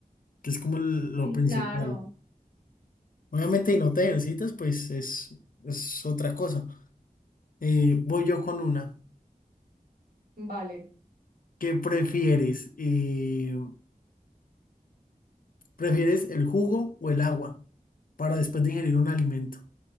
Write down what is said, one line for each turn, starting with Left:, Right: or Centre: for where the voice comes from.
Left: que es como el- lo
Right: Sí,
Left: principal.
Right: claro,
Left: Obviamente, y no te ejercitas, pues es, es otra cosa. Eh, voy yo con una.
Right: vale.
Left: ¿Qué prefieres? Eh, ¿prefieres el jugo o el agua para después de ingerir un alimento?